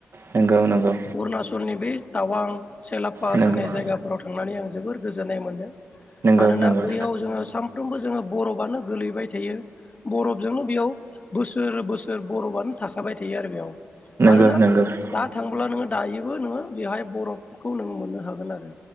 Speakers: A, on the right (about 60°); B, on the left (about 30°).
A: नोंगौ नोंगौ।
B: अरुणाचलनि बै टावां सेला पास
A: नंगौ
B: होननाय जायगाफोराव थांनानै आं जोबोर गोजोननाय मोनदों।
A: नंगौ
B: मानोना
A: नंगौ।
B: बैयाव जोङो सामफ्रामबो जोङो बरफआनो गोलैबाय थायो बरफजोंनो बेयाव बोसोर बोसोर। बर'आनो थाखाबाय थायो आरो बेयाव।
A: नंगौ
B: मानोना
A: नंगौ नंगौ
B: दा थांब्ला नोङो दायोबो नोङो बेवहाय बरफखौ नोङो मोननो हागोन आरो।